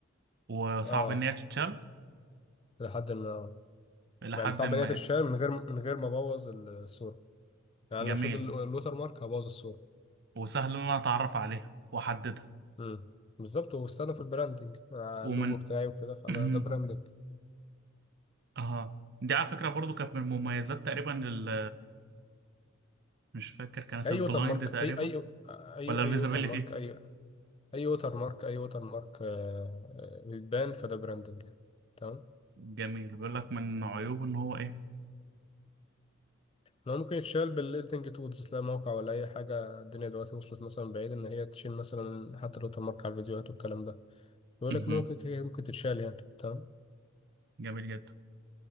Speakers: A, on the right; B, on the left.
A: وصعب
B: اه
A: ان هي تتشال
B: لحد ما آه.
A: الى
B: يعني
A: حد
B: صعب
A: ما
B: ان هي تتشال من غير من غير ما ابوظ الصوره يعني
A: جميل
B: لو شلت ال- الوتر مارك هبوظ الصوره
A: وسهل ان انا اتعرف عليها واحددها
B: امم بالظبط وبستخدم في البراندنج مع
A: ومن
B: اللوجو بتاعي وكده فده
A: <clears throat>
B: ده براندنج
A: اه دي على فكره برضو كانت من المميزات تقريبا ال مش فاكر كانت
B: اي
A: البلايند
B: ووتر مارك
A: تقريبا
B: اي اي اي
A: ولا الفيزابيليتي
B: اي ووتر مارك اي اي ووتر مارك اي ووتر مارك آه، آه، بيتبان فده براندنج يعني تمام
A: جميل بيقول لك من عيوبه ان هو ايه
B: لو ممكن يتشال بالايديتنج تولز لا موقع ولا اي حاجه الدنيا دلوقتي وصلت مثلا بعيد ان هي تشيل مثلا حتى الووتر مارك على الفيديوهات والكلام ده بيقول
A: <laughs>
B: لك ان ممكن كده- ممكن تتشال يعني تمام
A: جميل جدا